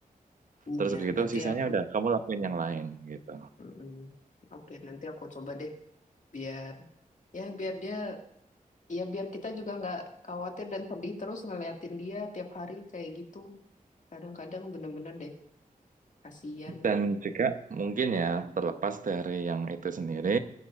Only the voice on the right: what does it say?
Terus habis itu
sisanya
udah kamu lakuin
yang lain gitu.
Dan juga mungkin ya terlepas dari yang itu sendiri,